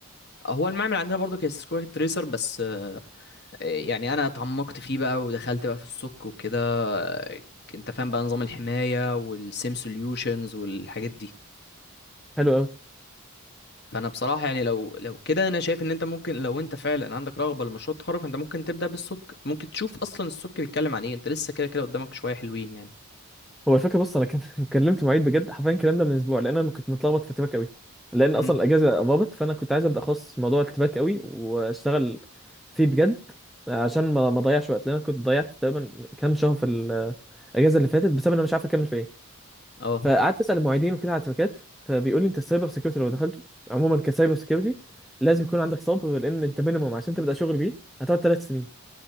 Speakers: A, on the left (about 50°); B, in the centre.
A: هو المعمل عندنا برضو كان سيسكو باكيت تريسر بس يعني انا اتعمقت فيه بقى ودخلت بقى في السك وكده آه، انت فاهم بقى نظام الحماية والسيم سوليوشنز والحاجات دي
B: حلو قوي
A: فانا بصراحة يعني لو لو كده انا شايف ان انت ممكن لو انت فعلا عندك رغبة لمشروع التخرج فانت ممكن تبدأ بالسك ممكن تشوف اصلا السك بيتكلم عن ايه انت لسه كده كده قدامك شوية حلوين يعني
B: هو الفكره بص انا كان <laughs> كلمت المعيد بجد حرفيا الكلام ده من اسبوع لان انا كنت متلخبط في اتباك قوي لان
A: امم
B: اصلا الاجازه قربت فانا كنت عايز ابدا اخصص موضوع الاتباك قوي واشتغل فيه بجد عشان ما ما اضيعش وقت لان انا كنت ضيعت تقريبا كام شهر في ال- الاجازه اللي فاتت بسبب ان انا مش عارف اكمل في ايه
A: اه
B: فقعدت اسال المعيدين وكده على التباكات فبيقول لي انت السايبر سكيورتي لو دخلته عموما كسايبر سيكيورتي لازم يكون عندك صبر لان انت مينيموم عشان تبدا شغل بيه هتقعد ثلاث سنين